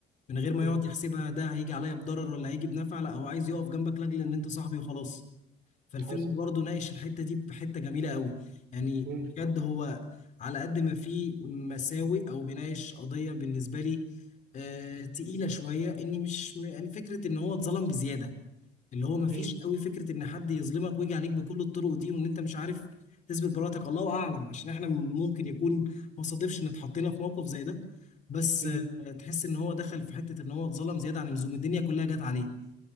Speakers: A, on the left; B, on the right.
A: من غير ما
B: مم.
A: يقعد يحسبها ده هيجي عليا بضرر ولا هيجي بنفع لا هو عايز يقف جنبك لاجل ان انت صاحبي وخلاص فالفيلم
B: حصل
A: برضه ناقش الحتة دي بحتة جميلة قوي يعني
B: مم.
A: بجد هو على قد ما فيه مساوئ أو بيناقش قضية بالنسبة لي آه تقيلة شوية إني مش يعني فكرة إن هو اتظلم بزيادة اللي هو مفيش
B: مم.
A: قوي فكرة إن حد يظلمك ويجي عليك بكل الطرق دي وإن أنت مش عارف تثبت براءتك الله أعلم عشان إحنا ممكن يكون ما صادفش إن اتحطينا في موقف زي ده بس
B: مم.
A: آه تحس إن هو دخل في حتة إن هو اتظلم زيادة عن اللزوم الدنيا كلها جت عليه